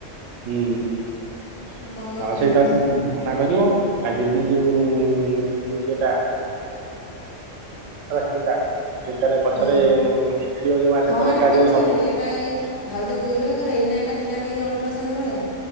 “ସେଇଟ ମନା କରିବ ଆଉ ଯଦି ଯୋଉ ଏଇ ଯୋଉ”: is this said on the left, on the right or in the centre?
Right